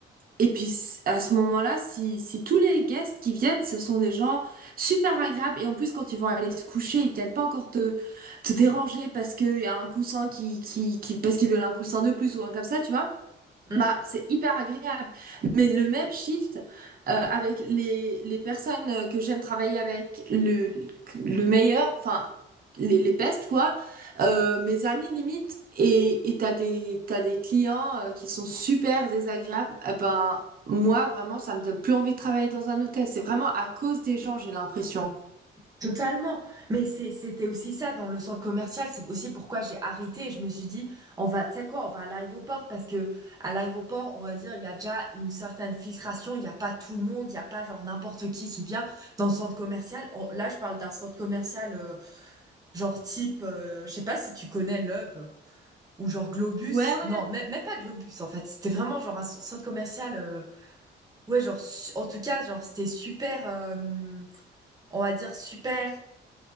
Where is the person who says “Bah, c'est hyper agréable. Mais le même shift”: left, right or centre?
Right